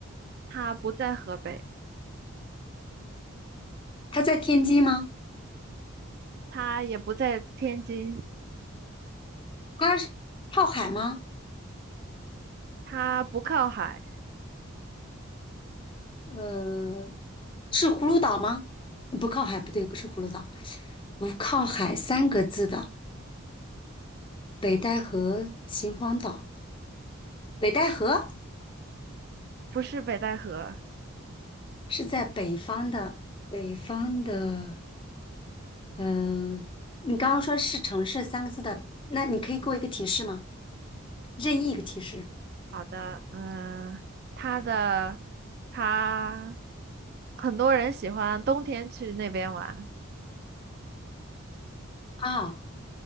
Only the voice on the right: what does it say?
它不在河北，
它也不在天津，
它不靠海，
不是北戴河。
好的，嗯，它的它很多人喜欢冬天去那边玩。